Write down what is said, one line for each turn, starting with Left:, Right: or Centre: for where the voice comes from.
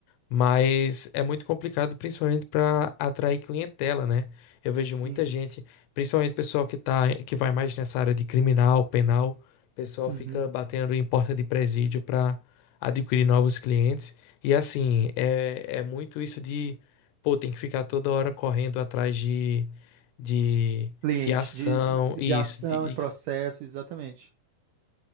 Left: Mas é muito complicado, principalmente para atrair clientela, né? Eu vejo
Right: Sim.
Left: muita gente, principalmente pessoal que tá, que vai mais nessa área de criminal, penal, o pessoal
Right: Uhum.
Left: fica batendo em porta de presídio para adquirir novos clientes. E assim, é, é muito isso de, pô, tem que ficar toda hora correndo atrás de, de,
Right: Cliente,
Left: de ação,
Right: de, de
Left: isso,
Right: de ação,
Left: de,
Right: de processo,
Left: de
Right: exatamente.